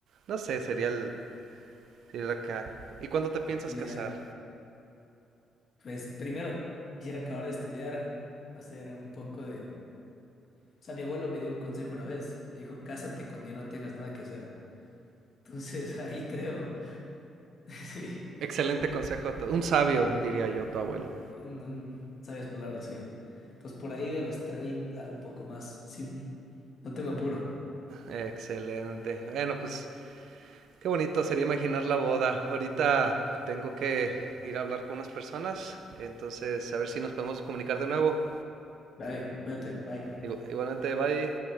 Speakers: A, on the right; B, on the left.
A: No sé, sería el ir acá. ¿Y cuándo te piensas
B: el
A: casar?
B: ideal. Pues primero quisiera acabar de estudiar, hacer un poco de... O sea, mi abuelo me dio un consejo una vez. Me dijo, cásate cuando ya no tengas nada que hacer. Entonces <laughs> ahí creo, <laughs> sí,
A: Excelente consejo, tu- un sabio, diría yo, tu abuelo.
B: un, un- sabias palabras, sí. Entonces por ahí de los 30, un poco más. Sí, no tengo apuro.
A: Excelente. Bueno, pues Qué bonito sería imaginar la boda. Ahorita tengo que ir a hablar con unas personas, entonces a ver si nos podemos comunicar de nuevo.
B: Vale, cuídate, bye.
A: Igu- Igualmente, bye.